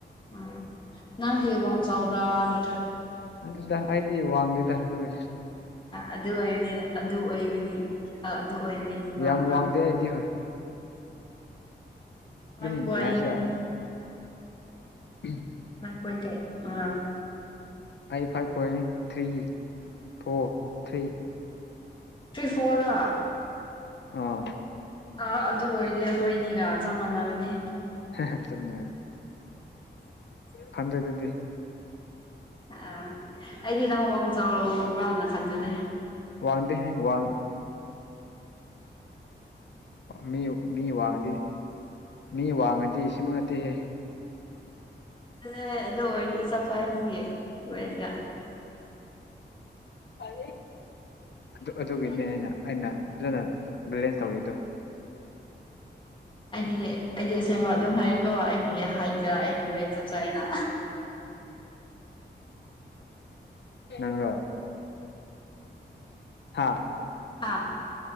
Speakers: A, on the left; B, on the left.
A: ꯎꯝ ꯅꯥꯟ ꯗꯦꯕꯪꯁ ꯑꯣꯕ꯭ꯔꯥꯅ
B: ꯑꯗꯨꯗ ꯑꯩꯗꯤ ꯋꯥꯡꯗꯦꯗ ꯇꯋꯏ
A: ꯑꯗꯨ ꯑꯣꯏꯕꯅꯤ ꯑꯗꯨ ꯑꯣꯏꯕꯅꯤ ꯑ ꯑꯗꯨ ꯑꯣꯏꯕꯅꯤꯅꯦꯕꯅ
B: ꯌꯥꯝ ꯋꯥꯡꯗꯦ ꯑꯩꯗꯤ ꯍꯣꯏ
A: ꯐꯥꯏꯚ
B: ꯑꯗꯨꯝ
A: ꯄꯣꯏꯟ
B: ꯀꯁꯤ ꯎꯝ
A: ꯍ ꯀꯣꯏ ꯀ ꯑ
B: eight five point three four three
A: ꯇ꯭ꯔꯤꯐꯣꯔꯥ
B: ꯑꯥ
A: ꯑꯥ ꯑꯗꯨ ꯑꯣꯏꯔꯗꯤ ꯑꯩꯈꯣꯏꯅꯤꯒ ꯆꯞ ꯃꯥꯟꯅꯒꯅꯤ
B: ꯍ ꯆꯅꯤ ꯈꯟꯗꯩ ꯑꯗꯨꯗꯤ
A: ꯑꯥ ꯑꯩꯗꯤ ꯅꯪ ꯋꯥꯡ ꯆꯥꯎꯕ꯭ꯔꯅ ꯈꯪꯅꯅꯦ
B: ꯋꯥꯥꯡꯗꯦ ꯍꯥꯏꯦ ꯋꯥ ꯃꯤ ꯃꯤ ꯋꯥꯡꯉꯗꯤ ꯃꯤ ꯋꯥꯡꯉꯗꯤ ꯁꯤꯃ ꯅꯠꯇꯦꯍꯦ
A: ꯑꯦ ꯑꯗꯨ ꯍꯗꯤ ꯁꯐꯥꯏ ꯅꯪꯒꯤ ꯎꯒ
B: ꯑꯣ ꯑꯗꯨ ꯑꯗꯨꯒꯤꯅꯦ
A: ꯑꯩ
B: ꯍꯥꯏꯅ ꯑꯩꯅ ꯐꯖꯅ ꯕꯦꯂꯦꯟꯁ ꯇꯧꯔꯤꯗꯣ
A: ꯑꯩꯗꯤ ꯑꯩꯗꯤ ꯁꯦꯡꯉꯣ ꯑꯗꯨꯝ ꯍꯥꯏꯌꯦꯀꯣ ꯑꯩꯒꯤ ꯍꯥꯏꯖ ꯑꯩꯒꯤ ꯋꯦꯠ ꯆꯞ ꯆꯥ ꯑꯩꯅ
B: ꯅꯪꯒꯣ ꯍꯥꯥ
A: ꯍꯥꯥ